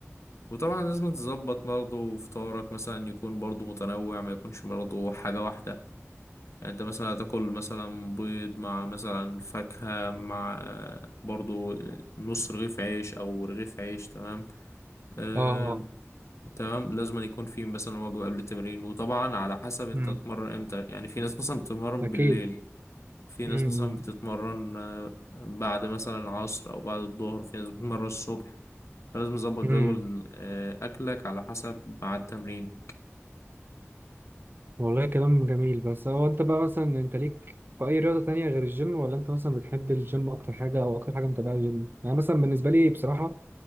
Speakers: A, on the left; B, on the right.
A: وطبعا لازم تظبط برضو فطارك مثلا يكون برضو متنوع ما يكونش برضو حاجة واحدة يعني انت مثلا هتاكل مثلا بيض مع مثلا فاكهة مع آه، برضو آه، نص رغيف عيش او رغيف عيش تمام آه،
B: اه اه
A: تمام لازم أن يكون في مثلا وجبة قبل التمرين وطبعا على حسب انت
B: امم
A: تتمرن امتى يعني في ناس مثلا بتتمرن
B: اكيد
A: بالليل في ناس
B: امم
A: مثلا بتتمرن آه، بعد مثلا العصر او بعد الظهر في ناس بتتمرن الصبح فلازم تظبط
B: امم
A: جدول آه، اكلك على حسب مع التمرين
B: والله كلام جميل بس هو انت بقى مثلا انت ليك في اي رياضة تانية غير الجيم ولا انت مثلا بتحب الجيم اكتر حاجة او اكتر حاجة متابعة الجيم يعني مثلا بالنسبة لي بصراحة